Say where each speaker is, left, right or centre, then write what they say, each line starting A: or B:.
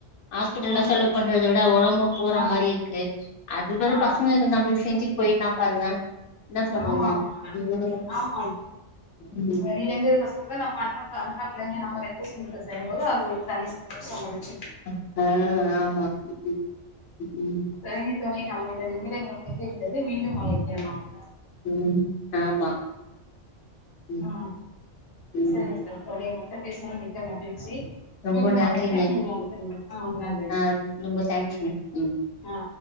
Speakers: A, on the left (about 75°); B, on the left (about 20°).
A: ஹாஸ்பிட்டல்லா
B: ம்
A: செலவு பண்றது விட உடம்பு போற
B: ஆ
A: மாரி இருக்கு அது பதிலா
B: ஆ
A: பசங்களுக்கு நம்மளுக்கு செஞ்சு போயிர்லா பாருங்க என்ன சொல்றீங்க
B: ஆமா மா
A: ம்
B: ஆமா
A: ம்
B: வெளிலருந்து பசங்க நமக்காக நம்ம அண்ண அண்ணன் பிள்ளைங்க நம்ம ரத்த சொந்தத்தை செய்யும் போது அது ஒரு தனி சந்தோஷம் முடுஞ்ச்சு
A: அ ஹ் ஹ ஆமா ம் ம்
B: சரிங்க தோழி நம்மளுடைய நிமிடங்கள் முடிந்து விட்டது மீண்டு அழைக்கிற நாங்க
A: ம் ஆமா ம்
B: ஆ
A: ம்
B: சரிங்க சரி தோழி உங்கள்ட்ட பேசினது மிக்க மகிழ்ச்சி
A: ரொம்ப
B: மீண்டும்
A: நன்றிங்க
B: அழைக்கிறேன் நீங்க <unintelligible> ஆ ரொம்ப நன்றி
A: ஆ ரொம்ப தேங்க்ஸ்ங்க ம்
B: அ